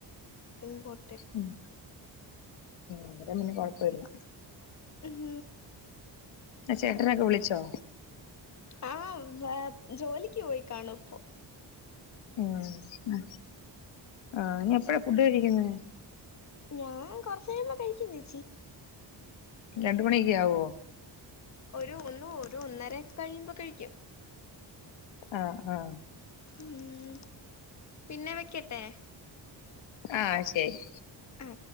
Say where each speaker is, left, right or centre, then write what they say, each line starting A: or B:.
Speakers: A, on the left; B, on the left.
A: ഇമ്പോർ
B: ഉം അവരെന്നെ കുഴപ്പല്യ
A: ഉം
B: ആ ചേട്ടനൊക്കെ വിളിച്ചോ
A: ആഹ് ജോലിക്ക് പോയി കാണും പ്പൊ
B: ഉം ആ നി എപ്പഴാ ഫുഡ് കഴിക്കുന്നെ
A: ഞാൻ കൊർച്ചയ്യുമ്പോ കഴിക്കും ചേച്ചി
B: രണ്ടു മണീക്ക്യാവോ
A: ഒരു ഒന്ന് ഒരു ഒന്നര ക്കെ കഴിയുമ്പോ കഴിക്കും
B: ആഹ് ആഹ്
A: ഉം പിന്നെ വെക്കട്ടെ
B: ആഹ് ശരി
A: ആ